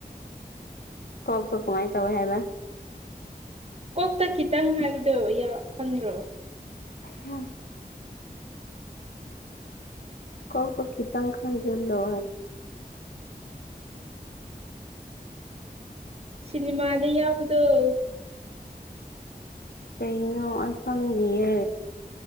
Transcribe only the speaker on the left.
ꯀꯣꯛ ꯇꯣ ꯀꯃꯥꯏꯅ ꯇꯧꯋꯦ ꯍꯥꯏꯕ
ꯎꯝ ꯀꯥꯎꯣ ꯈꯈꯤꯇꯪ ꯈꯥꯟꯗꯂ
ꯀꯩꯅꯣ ꯑꯩꯁꯗꯤꯌꯦ